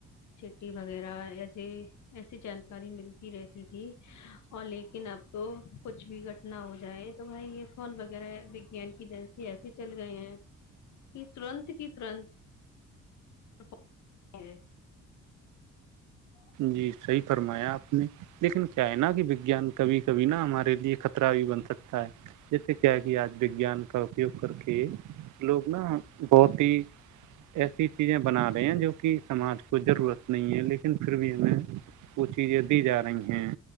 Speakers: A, on the left; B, on the right.
A: چٹی وغیرہ ایسے ایسی جانکاری ملتی رہتی تھی اور لیکن اب تو کچھ بھی گھٹنا ہو جائے تو بھائی یہ فون وغیرہ کی دنسی ایسیے چل گئی ہیں کہ ترنت کی ترنت <unintelligible>
B: جی صحی فرمایا آپ نے لیکن کیا ہے نا کہ وگیان کبھی کبھی نا ہمارے لیے خطرہ بھی بن سکتا ہے جیسے کیا کہ آج وگان کا اپیوگ کر کے لوگ نا بہت ہی ایسی چیزیں بنا رہے ہیں جو کہ سماج کو ضرورت نہیں ہے لیکن پھر بھی ہمیں وہ چیزیں دی جا رہی ہیں